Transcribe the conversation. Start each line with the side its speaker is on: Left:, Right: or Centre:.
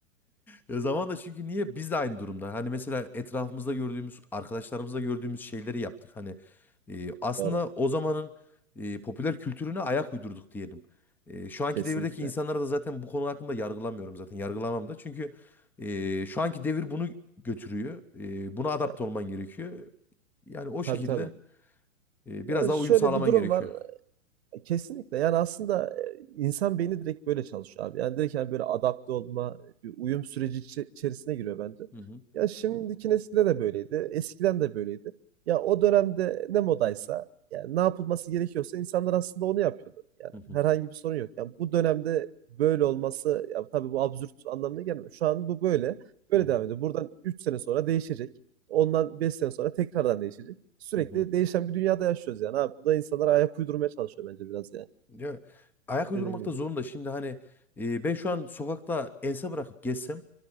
Centre: Ya zamanla çünkü niye biz de aynı durumda. Hani mesela etrafımızda gördüğümüz, arkadaşlarımızda gördüğümüz şeyleri yaptık. Hani e, aslında
Right: Doğru.
Centre: o zamanın e, popüler kültürüne ayak uydurduk diyelim. E, şu anki
Right: Kesinlikle.
Centre: devirdeki insanlara da zaten bu konu hakkında yargılamıyorum zaten. Yargılamam da. Çünkü e, şu anki devir bunu götürüyor. E, buna adapte
Right: Ya,
Centre: olman gerekiyor. Yani o
Right: tabii
Centre: şekilde
Right: tabii.
Centre: e,
Right: Ya
Centre: biraz daha
Right: şöyle
Centre: uyum sağlaman
Right: bir durum
Centre: gerekiyor.
Right: var. E, kesinlikle. Yani, aslında, e, insan beyni direkt böyle çalışıyor abi. Yani, direkt, hani, böyle adapte olma, bir uyum süreci içe içerisine giriyor bence.
Centre: Hı hı.
Right: Ya, şimdiki nesilde de böyleydi, eskiden de böyleydi. Ya, o dönemde ne modaysa, yani, ne yapılması gerekiyorsa insanlar aslında onu yapıyordu. Yani,
Centre: Hı hı.
Right: herhangi bir sorun yok. Yani bu dönemde böyle olması, ya, tabii bu absürt anlamına gelmiyor. Şu an bu böyle, böyle
Centre: Hı hı.
Right: devam ediyor. Buradan 3 sene sonra değişecek. Ondan 5 sene sonra tekrardan değişecek sürekli
Centre: Hı hı.
Right: değişen bir dünyada yaşıyoruz yani abi. Bu da insanlara ayak uydurmaya çalışıyor bence biraz yani.
Centre: Ya, ayak uydurmakta
Right: Dediğim gibi.
Centre: zorunda. Şimdi hani e, ben şu an sokakta ense bırakıp gezsem